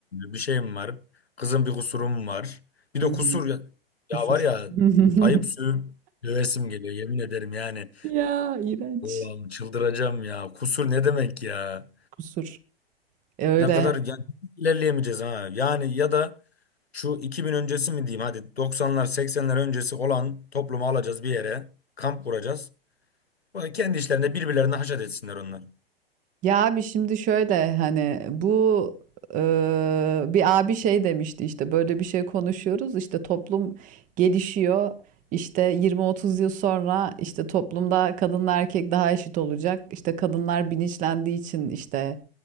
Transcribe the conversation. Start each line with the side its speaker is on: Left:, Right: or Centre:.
Left: bir şeyim var. Kızın bir kusurum var. Bir de
Right: Hı hı.
Left: kusur ya, ya
Right: Kusur.
Left: var ya
Right: <laughs>
Left: ayıp sövüp dövesim geliyor yemin ederim yani.
Right: Ya iğrenç.
Left: Allah'ım çıldıracağım ya. Kusur ne demek ya?
Right: Kusur. E öyle.
Left: Ne kadar yani ilerleyemeyeceğiz ha. Yani ya da şu 2000 öncesi mi diyeyim hadi 90'lar 80'ler öncesi olan toplumu alacağız bir yere kamp kuracağız. Böyle kendi işlerinde birbirlerine haşat etsinler onlar.
Right: Ya abi şimdi şöyle hani bu e, bir abi şey demişti işte böyle bir şey konuşuyoruz işte toplum gelişiyor. işte 20-30 yıl sonra işte toplumda kadınla erkek daha eşit olacak. işte kadınlar bilinçlendiği için işte